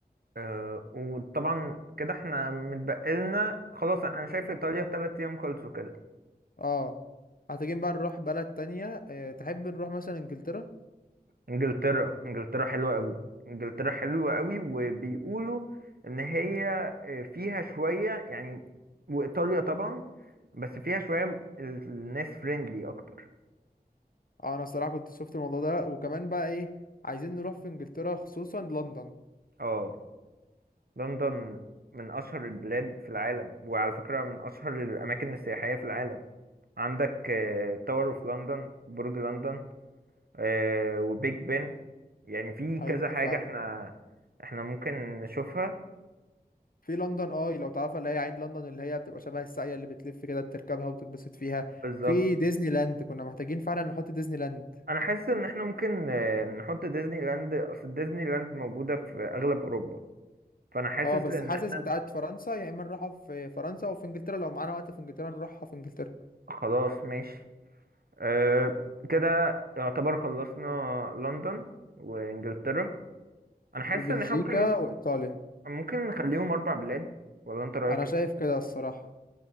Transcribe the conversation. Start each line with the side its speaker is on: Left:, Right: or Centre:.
Right: أه وطبعا كده احنا متبقلنا خلاص انا شايف
Left: أم،
Right: ايطاليا تلات ايام خلصوا كده
Left: اه محتاجين بقى نروح بلد تانية اه تحب نروح مثلا انجلترا
Right: انجلترا انجلترا حلوة قوي انجلترا حلوة قوي وبيقولوا ان هي آه، فيها شوية يعني وايطاليا طبعا بس فيها شوية م- ال- الناس فريندلي أكتر
Left: اه انا الصراحة كنت شفت الموضوع ده وكمان بقى ايه عايزين نروح في انجلترا خصوصا لندن
Right: اه لندن من أشهر البلاد في العالم وعلى فكرة من أشهر الأماكن السياحية في العالم عندك تاور اوف لندن برج لندن آه، وبيج بن يعني في
Left: ايوه
Right: كذا حاجة
Left: فعلا
Right: احنا احنا ممكن نشوفها
Left: في لندن اه لو تعرفها اللي هي عين لندن اللي هي بتبقى شبه الساقية اللي بتلف كده تركبها وتتبسط فيها
Right: بالظبط
Left: في ديزني لاند كنا محتاجين فعلا نحط ديزني لاند
Right: انا حاسس ان احنا ممكن آه، نحط ديزني لاند اصل ديزني لاند موجودة في اغلب اوروبا فانا حاسس
Left: اه بس
Right: ان
Left: حاسس
Right: احنا
Left: بتاعت فرنسا يا اما نروحها في فرنسا او في انجلترا لو معانا وقت في انجلترا نروحها في انجلترا
Right: خلاص ماشي أه كده يعتبر خلصنا لندن وانجلترا انا حاسس
Left: وبلجيكا
Right: ان احنا ممكن
Left: وايطاليا
Right: ممكن نخليهم اربع بلاد ولا انت رايك
Left: انا
Right: ايه
Left: شايف كده الصراحة